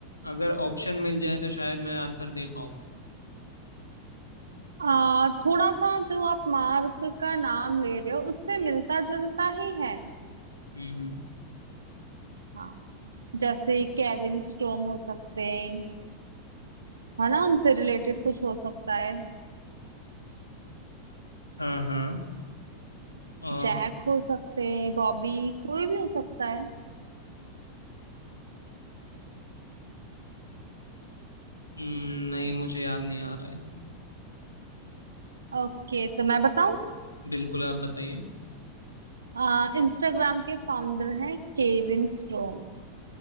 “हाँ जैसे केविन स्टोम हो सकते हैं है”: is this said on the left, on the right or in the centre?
Right